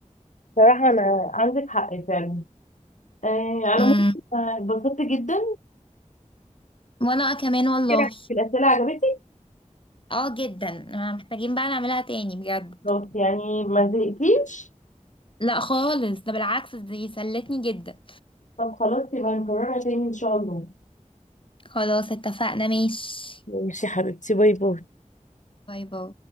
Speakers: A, on the left; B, on the left.
A: صراحة انا عندك حق فعلا آه على
B: امم
A: مود اتبسطت جدا
B: وانا كمان والله
A: كتير في الاسئلة عجبتك
B: اه جدا آه، محتاجين بقى نعملها تاني بجد
A: خلاص يعني ما زهقتيش
B: لا خالص ده بالعكس دي سلتني جدا
A: طب خلاص يبقى نكررها تاني ان شاء الله
B: خلاص اتفقنا ماشي
A: ماشي يا حبيبتي باي باي
B: باي باي